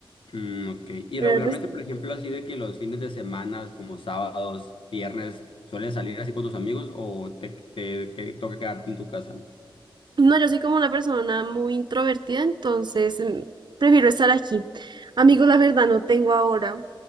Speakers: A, on the left (about 70°); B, on the right (about 55°).
A: Mm, ok. Y
B: Pero
A: regularmente,
B: el resto.
A: por ejemplo, así de que los fines de semana, como sábados, viernes, ¿sueles salir así con tus amigos o te, te, te toca quedarte en tu casa?
B: No, yo soy como una persona muy introvertida, entonces mm, prefiero estar aquí. Amigos, la verdad no tengo ahora,